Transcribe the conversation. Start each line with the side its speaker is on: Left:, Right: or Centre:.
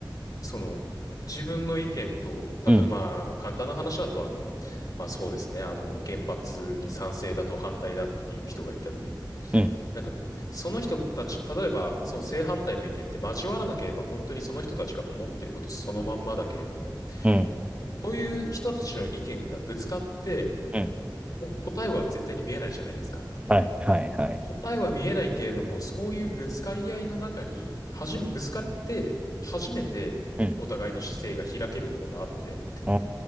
Left: その、自分の意見と、例えば、
Right: うん。
Left: まあ、簡単な話だと、あの、まあそうですね、あの、原発に賛成だと反対だっていう人がいたときに、
Right: うん。
Left: なんかこう、その人たち、例えば、その正反対の意見って交わらなければ、本当にその人たちが思ってることそのまんまだけれども、
Right: うん。
Left: こういう人たちの意見がぶつかって、
Right: うん。
Left: もう答えは絶対に見えないじゃないですか。
Right: はい。はい。はい。
Left: 答えは見えないけれども、そういうぶつかり合いの中に、はじめ、ぶつかって、初めてお互いの姿勢が開けるものがあって、
Right: うん。あ